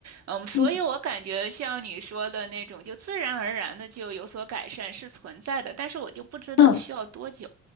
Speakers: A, on the right; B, on the left.
A: 嗯，所以我感觉像你说的那种，
B: 嗯
A: 就自然而然的就有所改善是存在的，但是我就不知道需要多久。
B: 嗯嗯